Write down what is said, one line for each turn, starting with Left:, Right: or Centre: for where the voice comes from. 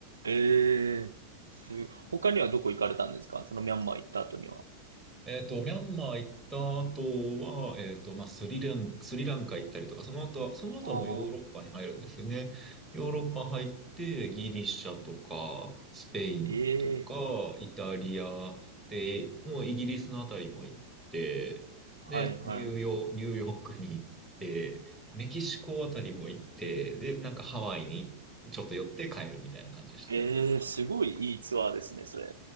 Right: ええ、すごい他にはどこ行かれたんですかそのミャンマー行った後には。
Centre: えっと、ミャンマー行った後は、えっと、まあ、スリラン、スリランカ行ったりとか、その後は、その後はもうヨーロッパに入るんですよね。
Right: ああ、
Centre: ヨーロッパ入って、ギリシャとか、スペインとか、
Right: ええ、
Centre: イタリアで、もうイギリスのあたりも行って、
Right: はいはい。
Centre: で、ニューヨー、ニューヨークに行って、メキシコあたりも行って、で、なんかハワイにちょっと寄って帰るみたいな感じですね。
Right: ええ、すごいいいツアーですね、それ。